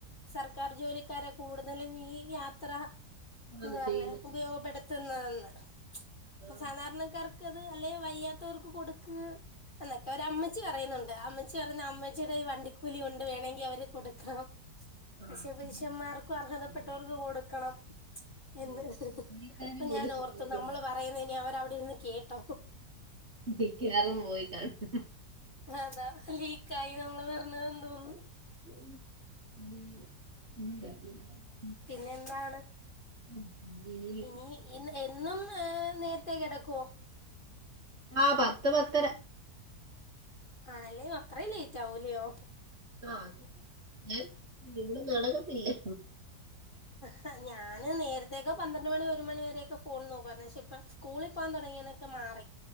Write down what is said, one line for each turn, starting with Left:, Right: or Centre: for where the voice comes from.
Left: സർക്കാർ ജോലിക്കാരെ കൂടുതലും ഈ യാത്ര
Right: ആന്ന്
Left: പെന്ന് പർഞ്ഞ്
Right: ചെയ്യുന്നെ
Left: ഉപയോഗപ്പെടുത്തുന്നതന്ന് ഇപ്പ
Right: ആഹ്
Left: സാധാരണക്കാർ ക്കത് അല്ലെ വയ്യാത്തവർക്ക് കൊടുക്ക് എന്നൊക്കെ ഒരു അമ്മച്ചി പറയുന്നുണ്ട് അമ്മച്ചി പറയുന്നേ അമ്മച്ചിയുടെ വണ്ടി കുലി കൊണ്ട് വേണങ്കി അവര് കൊടുക്കണം
Right: ആഹ്
Left: പക്ഷേ പുരുഷന്മാർക്കും അർഹതപ്പെട്ടവർക്ക് കൊടുക്കണം എന്ന്
Right: ജോലിക്കാര്
Left: പ്പം
Right: പോലും
Left: ഞാൻ
Right: സമ്മതിക്കുന്നില്ല
Left: ഓർത്തു നമ്മള് പറയുന്നേന്നെ ന അവരവിടെന്ന് കേട്ടു ട്ടഹു
Right: മിക്കവാറും പോയി കാണും
Left: അതാ ലീക്കായി നമ്മള് വരഞ്ഞത എ തോന്നുന്നു
Right: <unintelligible>
Left: പിന്നെ എന്താണ്
Right: ഉം <unintelligible>
Left: ഇനി ഇന്ന് എന്നും ഏഹ് നേരത്തേ കിടക്കുവോ
Right: ആഹ് പത്ത് പത്തര
Left: ആണല്ലേ അത്രയും ലേറ്റ് ആവൂലയോ
Right: ആഹ് അത് ഞാൻ നിണ്ടും നാടകൊകെല്ലേ
Left: ഹ ഞാന് നേരത്തേക്ക പന്ത്രണ്ട് മണി ഒരു മണി വരെയൊക്കെ ഫോൺ നോക്കുവായിരുന്നു പക്ഷെ ഇപ്പോൾ സ്കൂളിൽ പോാൻ തുടങ്ങിണ പ്പൊമാറി